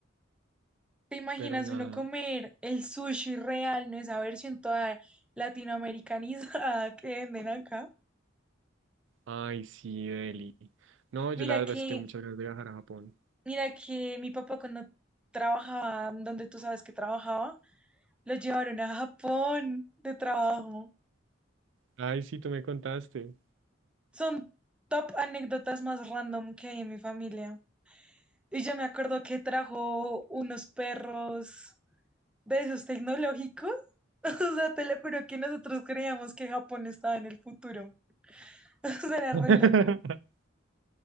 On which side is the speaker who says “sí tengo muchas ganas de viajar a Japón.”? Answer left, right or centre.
Right